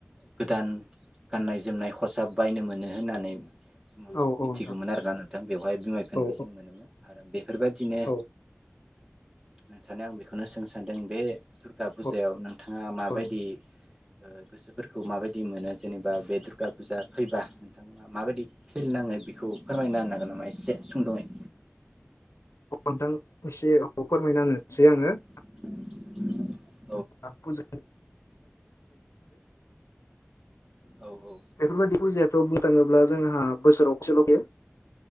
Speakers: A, on the right (about 15°); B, on the left (about 85°).
A: गोदान गाननाय जोमनाय। फसाब बायनो मोनो होननानै।
B: औ
A: मिथिगौमोन
B: औ नोंथां
A: आरोना नोंथां बेवहाय बिमायफबो
B: औ
A: जों मोनोमोन आरो बेफोरबायदिनो।
B: औ
A: नोंथांनो आं बेखौनो सोंनो सान्दों बे दुर्गा फुजायाव
B: औ
A: नों। बिथाङा माबायदि।
B: औ
A: गोसोफोरखौ माबायदि मोनो जेनेबा बेदर <inaudible> फैबा नोंथांमोना माबायदि। फिल नाङो बेखौ। फोरमायना होनो हागोन नामा एसे। सुंदयै।
B: नोंथां एसे औ फोरमायना होनोसै आङो।
A: <inaudible>
B: <inaudible> <inaudible> बेफोर
A: औ औ
B: बायदि थ' बुंनो थाङोब्ला जोंहा बोसोराव खनसेल' जायो।